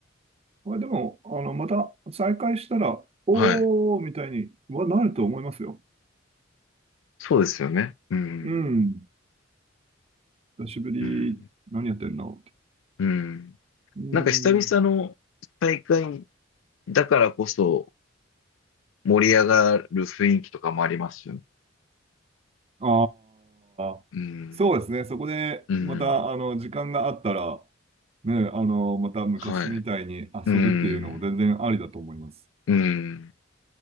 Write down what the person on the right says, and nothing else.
まあ、でも、あの、また再会したら、おーみたいにはなると思いますよ。
うん。久しぶり、
何やってんのって。
うん。
ああ、
そうですね。そこで、
また、あの、時間があったら、ね、あの、また昔みたいに遊ぶっていうのも全然ありだと思います。